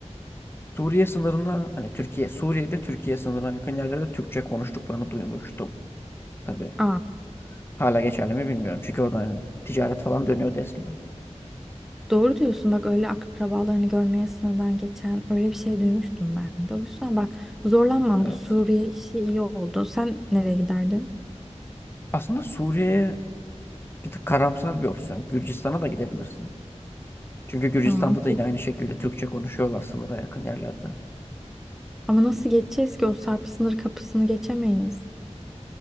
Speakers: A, on the left; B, in the centre.
A: Suriye sınırına hani Türkiye, Suriye'de Türkiye sınırına yakın yerlerde Türkçe konuştuklarını duymuştum. Tabii
B: Aa,
A: hala geçerli mi bilmiyorum. Çünkü orada hani ticaret falan dönüyordu eskiden.
B: doğru diyorsun bak öyle akrabalarını görmeye sınırdan geçen öyle bir şey duymuştum ben de. O yüzden bak zorlanmam
A: Evet.
B: bu Suriye işi iyi oldu. Sen nereye giderdin?
A: Aslında Suriye'ye bir tık karamsar bir opsiyon. Gürcistan'a da gidebilirsin. Çünkü Gürcistan'da
B: Ya, ama
A: da yine aynı şekilde Türkçe konuşuyorlar sınıra yakın yerlerde.
B: ama nasıl geçeceğiz ki o Sarp sınır kapısını geçemeyiz.